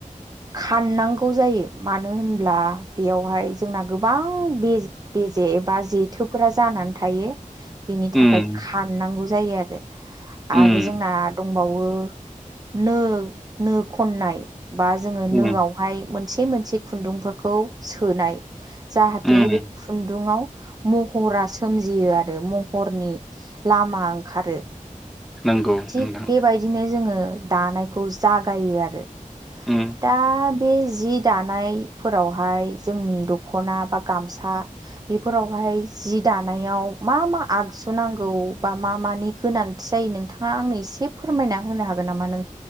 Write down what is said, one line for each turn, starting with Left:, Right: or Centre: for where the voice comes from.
Right: खाननांगौ जायो मानो होनब्ला बेयावहाय जोंना गोबां बे बेजे एबा जेथोफोरा जानानै थायो बेनि थाखाय
Centre: उम
Right: खाननांगौ जायो आरो आरो
Centre: उम
Right: जोंना दं दंबावो नो नो खननाय बा जोङो
Centre: उम
Right: नोआवहाय मोनसे मोनसे खुन्दुंफोरखौ सोनाय जाहाथे
Centre: उम
Right: बे खुन्दुङाव महरा सोमजियो आरो महरनि लामा ओंखारो
Centre: नंगौ होनदों
Right: थिग बेबायदिनो जोङो दानायखौ जागायो आरो
Centre: उम
Right: दा बे जि दानायफोरावहाय जोंनि दखना बा गामसा बेफोरावहाय ओमफ्राय जि दानायाव मा मा आगजु नांगौ बा मा मानि गोनांथि जायो नोंथां नोंथांआ आंनो एसे फोरमायना होनो हागोन नामा नों